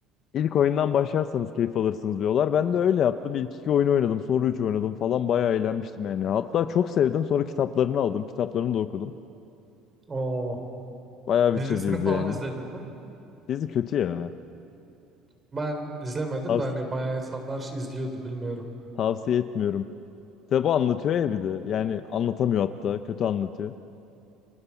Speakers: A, on the left (about 45°); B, on the right (about 15°).
A: İlk oyundan başlarsanız keyif alırsınız diyorlar. Ben de öyle yaptım. İlk iki oyunu oynadım. Sonra üç oynadım falan. Bayağı eğlenmiştim yani. Hatta çok sevdim. Sonra kitaplarını aldım. Kitaplarını da okudum.
B: Oo.
A: Bayağı
B: Dizisini
A: Witcher'cıyız
B: falan
A: yani.
B: izledin mi?
A: Dizi kötü ya.
B: Ben izlemedim
A: Tavs-
B: de hani bayağı insanlar izliyordu bilmiyorum.
A: tavsiye etmiyorum. Kitabı anlatıyor ya bir de. Yani anlatamıyor hatta. Kötü anlatıyor.